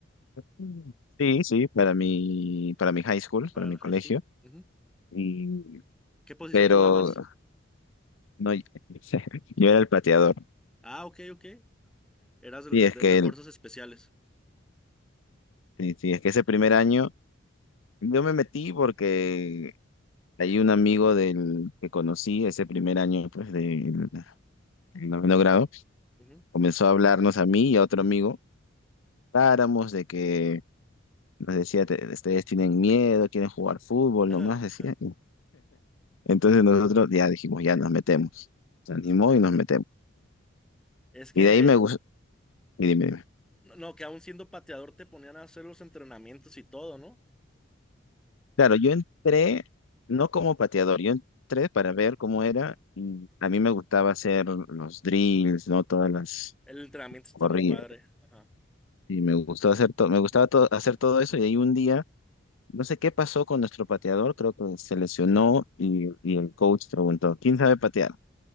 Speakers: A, on the left; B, in the centre.
A: Mm. Sí, sí, para mi, para mi high school,
B: Para
A: para mi
B: la
A: colegio.
B: high school. Ujú.
A: Y,
B: ¿Qué posición
A: pero
B: jugabas?
A: no, <laughs> yo era el plateador.
B: Ah, ok, ok. Eras de,
A: Sí, es
B: de
A: que
B: las
A: el-
B: fuerzas especiales.
A: sí, sí, es que ese primer año yo me metí porque hay un amigo del que conocí ese primer año pues del del noveno grado,
B: Ujú.
A: comenzó a hablarnos a mí y a otro amigo, paramos de que nos decía, "Te- ustedes tienen miedo, quieren jugar fútbol,
B: Ajá,
A: nomás decía.
B: ajá.
A: Entonces nosotros ya dijimos, ya nos metemos. Se animó
B: Es ajá.
A: y nos metemos.
B: Es que,
A: Y de ahí me gusta y dime, dime.
B: no, no, que aún siendo pateador te ponían a hacer los entrenamientos y todo, ¿no?
A: Claro, yo entré no como pateador, yo entré para ver cómo era y a mí me gustaba hacer los drills, ¿no? Todas las
B: El entrenamiento está
A: corridas
B: muy padre. Ajá.
A: y me gustó hacer todo, me gustaba to- hacer todo eso y ahí un día, no sé qué pasó con nuestro pateador, creo que se lesionó
B: ajá.
A: y, y el coach preguntó, ¿quién sabe patear?